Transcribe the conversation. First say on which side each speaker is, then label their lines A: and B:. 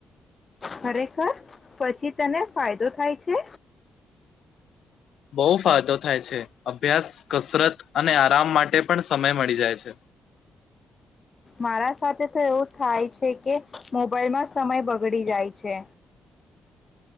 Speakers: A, on the left (about 35°); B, on the left (about 70°).
A: ખરેખર પછી તને ફાયદો થાય છે
B: બહુ ફાયદો થાય છે અભ્યાસ કસરત અને આરામ માટે પણ સમય મળી જાય છે
A: મારા સાથે તો એવું થાય છે કે મોબાઈલમાં સમય બગડી જાય છે